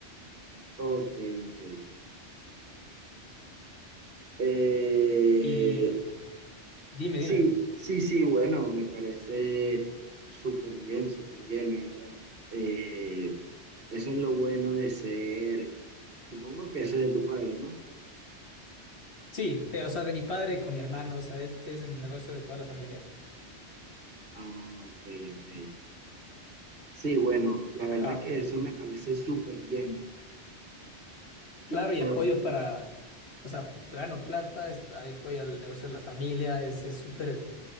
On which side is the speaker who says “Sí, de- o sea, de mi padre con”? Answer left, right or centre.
Left